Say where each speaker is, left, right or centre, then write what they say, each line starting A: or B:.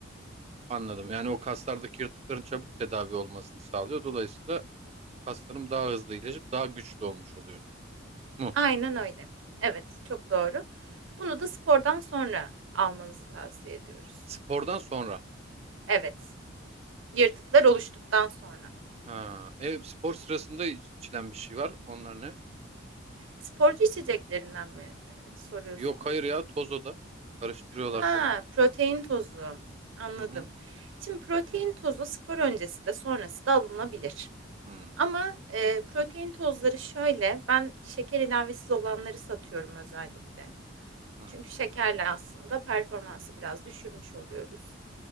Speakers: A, on the right; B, on the right.
A: Anladım. Yani o kaslardaki yırtıkların çabuk tedavi olmasını sağlıyor. Dolayısıyla kaslarım daha hızlı iyileşip daha güçlü olmuş oluyor. Mu?
B: Aynen öyle. Evet, çok doğru. Bunu da spordan sonra almanızı tavsiye ediyoruz.
A: Spordan sonra.
B: Evet, yırtıklar oluştuktan sonra.
A: Ha, e, spor sırasında içilen bir şey var. Onlar ne?
B: Sporcu içeceklerinden mi e, soruyorsunuz?
A: Yok hayır ya toz o da. Karıştırıyorlar
B: Ha,
A: falan.
B: protein tozu. Anladım.
A: Hı hı.
B: Şimdi protein tozu spor öncesi de sonrası da alınabilir.
A: Hı
B: Ama, eee, protein tozları şöyle, ben şeker ilavesiz olanları satıyorum özellikle.
A: hı.
B: Çünkü şekerle aslında performansı biraz düşürmüş oluyoruz.